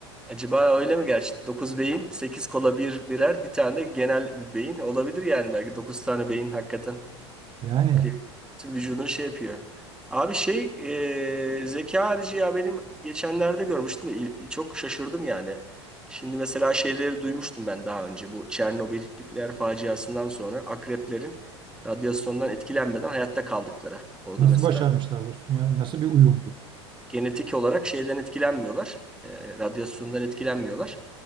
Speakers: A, in the centre; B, on the right (about 30°).
A: Acaba öyle mi gerçekten? 9 beyin, 8 kola bir birer, bir tane de genel bir beyin. Olabilir yani belki 9 tane beyin hakikaten.
B: Yani
A: Ki Tüm vücudunu şey yapıyor. Abi şey e, zeka harici ya benim geçenlerde görmüştüm. de il- Çok şaşırdım yani. Şimdi mesela şeyleri duymuştum ben daha önce. Bu Çernobil nükleer faciasından sonra akreplerin radyasyondan etkilenmeden hayatta kaldıkları. Orada
B: nasıl
A: mesela
B: başarmışlar dostum ya? Nasıl bir uyum bu?
A: genetik olarak şeyden etkilenmiyorlar. E, radyasyondan etkilenmiyorlar.